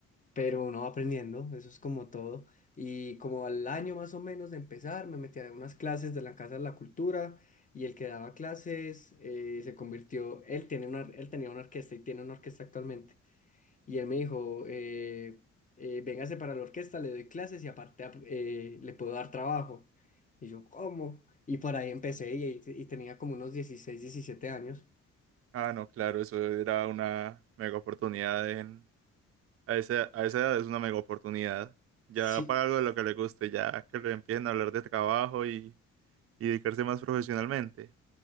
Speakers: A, on the left (about 25°); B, on the right (about 50°).
A: Pero uno va aprendiendo, eso es como todo. Y como al año más o menos de empezar, me metí a unas clases de la Casa de la Cultura y el que daba clases eh, se convirtió, él tiene una, él tenía una orquesta y tiene una orquesta actualmente. Y él me dijo, eh, eh, véngase para la orquesta, le doy clases y aparte ap- eh, le puedo dar trabajo. Y yo, ¿cómo? Y por ahí empecé y, y tenía como unos 16 17 años.
B: Ah, no, claro, eso era una mega oportunidad en A esa, a esa edad es una mega oportunidad. Ya
A: Sí,
B: para algo de lo que le guste, ya que le empiecen a hablar de trabajo y, y dedicarse más profesionalmente.